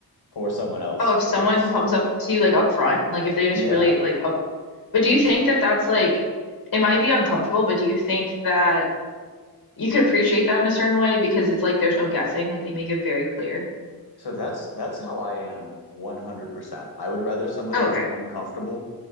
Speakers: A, on the left; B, on the left.
A: for someone else
B: Oh, if
A: if
B: someone
A: it's,
B: comes up to you like up front, like if they just
A: yeah.
B: really like up, but do you think that that's like, it might be uncomfortable, but do you think that you could appreciate that in a certain way because it's like there's no guessing, like they make it very clear.
A: So that's that's how I am 100%. I would rather somebody
B: Okay.
A: be uncomfortable